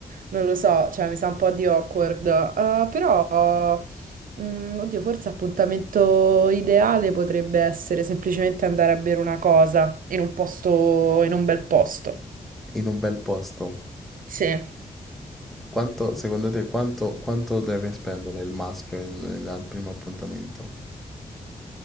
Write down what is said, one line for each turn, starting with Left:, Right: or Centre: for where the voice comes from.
Right: Non lo so, cioè mi sa un po' di awkward, Eh, però, mm, oddio, forse appuntamento ideale potrebbe essere semplicemente andare a bere una cosa in un posto, in un bel posto.
Centre: In un bel posto?
Right: Sì.
Centre: Quanto, secondo te, quanto, quanto deve spendere il maschio in- in- al primo appuntamento?